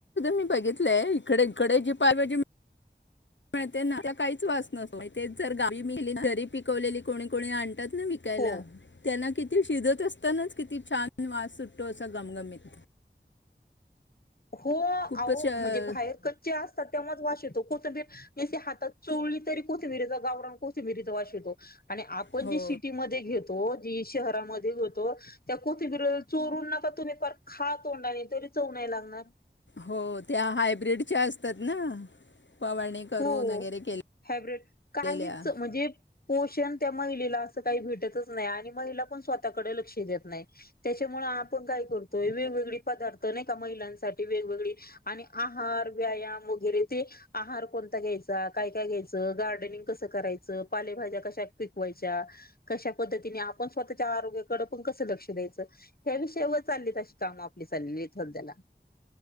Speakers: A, on the left; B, on the left.
A: मी बघितलंय इकडे इकडे जी पायभजीळते ना काहीच वास नसो मा जर गाली घरी पिकवलेली कोणी कोणी आण विकायला
B: हो
A: त्यांना कि ती शिजत असतानाच किती छान वास सुटतो असा गमगमीत
B: हो आह
A: खूपच अं,
B: म्हणजे बाहेर कच्चे असतात तेव्हाच वाशेत कोथंबर ज हात चोली तरी कोथ मिरीचा गावराण कोथं मिरीचा वाश यतो आणि आपण
A: हो
B: जे सिटीमध्ये घेतो जी शहरामध्ये होतो त्या कुथब चोरून नका तुम्ही फ खा तोंडाने तरी चव नाही लागणार ह
A: हो त्या हायब्रीडच्या असतात ना फवारणी करून
B: हो
A: वगैरे
B: हायब्रिड
A: केलेल्या
B: काहीच म्हणजे पोषण त्या महिलेला असं काही भेटतच नाही आणि महिला पण स्वतःकडे लक्ष देत नाही त्याच्यामुळे आपण काय करतोय वेगवेगळे पदार्थ नाही का महिलांसाठी वेगवेगळी आणि आहार व्यायाम वगैरे ते आहार कोण घ्यायचा काय काय घ्यायचं गार्डनिंग कसं करायचं पालेभाज्या कशा पिकवायच्या कश्या पद्धतीने आपण स्वतःच्या आरोग्याकडे पण कस लक्ष द्यायचं ह विषय व चाललीत अशी काम आपली चालली सध्या ला